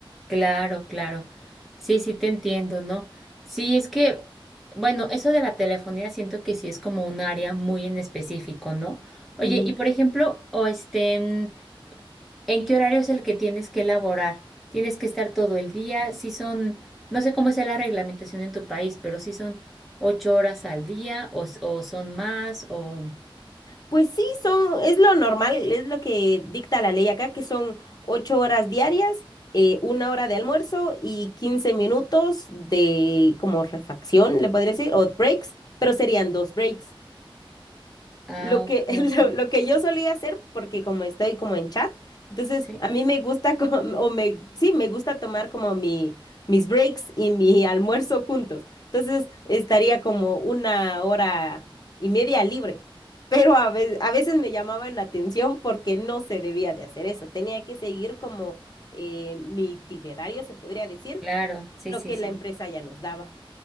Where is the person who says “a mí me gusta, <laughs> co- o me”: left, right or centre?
Left